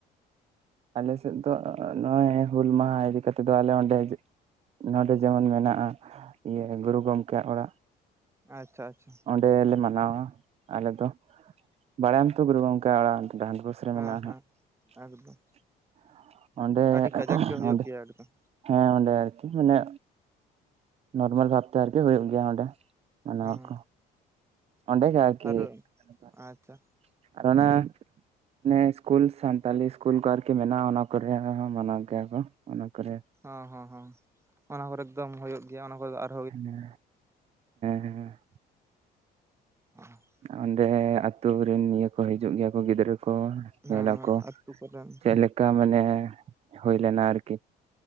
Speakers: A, on the right; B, on the right.
A: ᱟᱞᱮ ᱥᱮᱫ ᱫᱚ ᱱᱚᱜᱼᱚᱭ ᱦᱩᱞ ᱢᱟᱦᱟ ᱤᱫᱤ ᱠᱟᱛᱮᱫ ᱫᱚ ᱟᱞᱮ ᱚᱸᱰᱮ ᱡᱮ ᱱᱚᱸᱰᱮ ᱡᱮᱢᱚᱱ ᱢᱮᱱᱟᱜᱼᱟ, ᱤᱭᱟᱹ ᱜᱩᱨᱩ ᱜᱚᱝᱠᱮᱭᱟᱜ ᱚᱲᱟᱜ,
B: ᱟᱪᱪᱷᱟ ᱟᱪᱪᱷᱟ᱾
A: ᱚᱸᱰᱮᱞᱮ ᱢᱟᱱᱟᱣᱟ ᱟᱞᱮ ᱫᱚ, ᱵᱟᱲᱟᱭᱟᱢ ᱛᱚ ᱜᱩᱨᱩ ᱜᱚᱝᱠᱮᱭᱟᱜ ᱚᱲᱟᱜ ᱰᱟᱱᱰᱵᱚᱥ
B: ᱦᱮᱸ
A: ᱨᱮ ᱢᱮᱱᱟᱜᱼᱟ
B: ᱦᱮᱸ
A: ᱦᱟᱸᱜ᱾
B: ᱮᱠᱫᱚᱢ
A: ᱚᱸᱰᱮ
B: ᱟᱹᱰᱤ ᱠᱟᱡᱟᱠ ᱜᱮ ᱦᱩᱭᱩᱜ
A: ᱚᱸᱰᱮ
B: ᱜᱮᱭᱟ ᱮᱠᱫᱚᱢ
A: ᱦᱮᱸ ᱚᱸᱰᱮ ᱟᱨᱠᱤ ᱢᱟᱱᱮ, ᱱᱚᱨᱢᱟᱞ ᱵᱷᱟᱵ ᱛᱮ ᱟᱨᱠᱤ ᱦᱩᱭᱩᱜ ᱜᱮᱭᱟ ᱚᱸᱰᱮ᱾ ᱚᱱᱟ
B: ᱦᱮᱸ
A: ᱠᱚ᱾ ᱚᱰᱮ ᱜᱮ ᱟᱨᱠᱤ,
B: ᱟᱨ
A: <inaudible>
B: ᱟᱪᱪᱷᱟ
A: ᱟᱫᱚ ᱚᱱᱟ ᱚᱱᱮ ᱤᱥᱠᱩᱞ ᱥᱟᱱᱛᱟᱞᱤ ᱤᱥᱠᱩᱞ ᱠᱚ ᱟᱨᱠᱤ ᱢᱮᱱᱟᱜᱼᱟ ᱚᱱᱟ ᱠᱚᱨᱮ ᱦᱚᱸ ᱢᱟᱱᱟᱣ ᱜᱮᱭᱟ ᱠᱚ᱾ ᱚᱱᱟ ᱠᱚᱨᱮ
B: ᱦᱚᱸ ᱦᱚᱸ ᱦᱚᱸ ᱚᱱᱟ ᱠᱚᱨᱮ ᱮᱠᱫᱚᱢ ᱦᱩᱭᱩᱜ ᱜᱮᱭᱟ ᱚᱱᱟ ᱠᱚᱫᱚ ᱟᱨ
A: ᱦᱮᱸ ᱦᱮᱸ ᱦᱮᱸ
B: <inaudible>
A: ᱚᱸᱰᱮ ᱟᱹᱛᱩ ᱨᱮᱱ ᱱᱤᱭᱟᱹ ᱠᱚ ᱦᱤᱡᱩᱜ ᱜᱮᱭᱟ ᱠᱚ ᱜᱤᱫᱽᱨᱟᱹ ᱠᱚ᱾
B: ᱦᱮᱸ
A: ᱧᱮᱞᱟ ᱠᱚ
B: ᱟᱹᱛᱩ ᱠᱚᱨᱮᱱ
A: ᱪᱮᱫ ᱞᱮᱠᱟ ᱢᱟᱱᱮ ᱦᱩᱭ ᱞᱮᱱᱟ ᱟᱨᱠᱤ